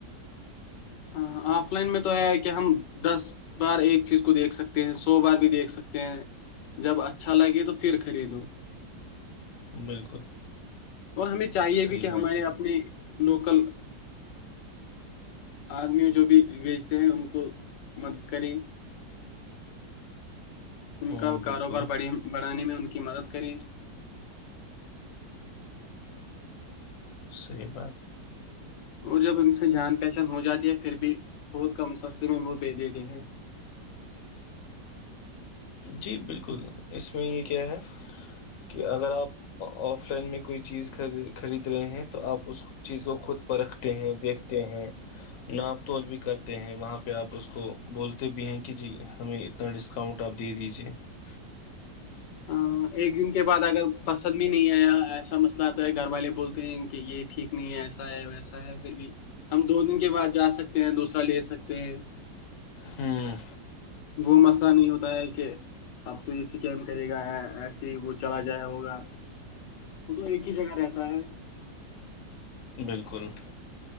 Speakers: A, on the left; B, on the left.
A: ہاں آف لائن میں تو ہے کہ ہم دس بار ایک چیز کو دیکھ سکتے ہیں سو بار بھی دیکھ سکتے ہیں جب اچھا لگے تو پھر خریدوں
B: بالکل
A: اور ہمیں چاہیے
B: صحیح
A: بھی کہ
B: بات
A: ہمارے
B: ہے
A: اپنے لوکل آدمی جو بھی بیچتے ہیں ان کو مدد کرے ان
B: ہوں
A: کا کاروبار
B: بالکل
A: بڑانے میں ان کی مدد کریں
B: صحیح بات ہے
A: اور جب ان سے جان پہچان ہو جاتی ہے پھر بھی بہت کم سستے میں منہ بھیے دیےتےئے ہیں
B: جی بالکل اس میں یہ کیا ہے کہ اگر آپ آف لائن میں کوئی چیز خرید رہے ہیں تو آپ اس چیز کو خود پرکھتے ہیں دیکھتے ہیں ناپ توول بھی کرتے ہیں وہاں پہ آپ اس کو بولتے بھی ہیں کہ جی ہمیں اتنا ڈسکاؤنٹ پ دے دیجیے <unintelligible>
A: ہ ایک دن کے بعد اگر پسند بھی نہیں آیا ایسا مسئلہ آتا ہے گھر والے بولتے ہیں کہ یہ ٹھیک نہیں ہے ایسا ہے ویسا ہے پھر بھی ہم دو دن کے بعد جا سکتے ہیں دوسرا لے سکتے ہیں
B: ہوں
A: وہ مسئلہ نہیں ہوتا ہے کہ اب تو یہ سکیم کرے گا ایسے ہی وہ چلا جایا ہوگا وہ تو ایک ہی جگہ رہتا ہے
B: بالکل